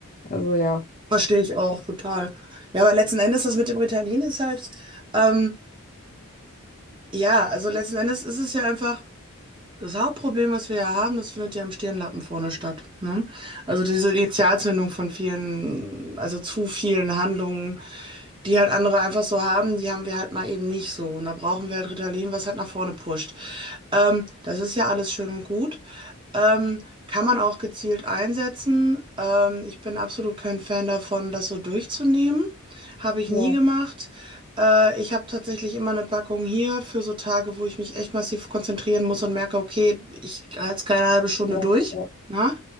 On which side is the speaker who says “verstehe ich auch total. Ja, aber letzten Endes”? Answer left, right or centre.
Right